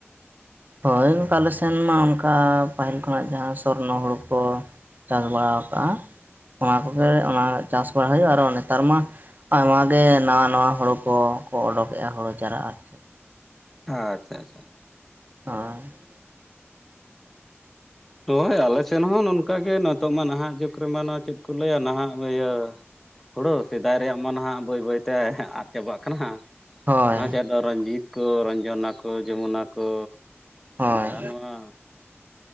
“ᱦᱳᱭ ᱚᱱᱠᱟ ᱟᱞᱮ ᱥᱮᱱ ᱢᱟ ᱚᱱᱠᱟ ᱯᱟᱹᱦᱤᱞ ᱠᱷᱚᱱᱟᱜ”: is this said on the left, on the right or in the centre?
Right